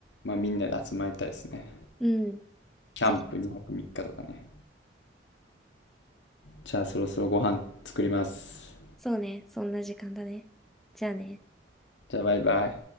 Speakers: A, on the left; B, in the centre.
A: まあみんなで集まりたいですね。
B: うん。
A: キャンプ2泊3日とかね。
B: ぜひ。
A: じゃあそろそろご飯作ります。
B: そうね。そんな時間だね。じゃあね。
A: じゃあバイバイ。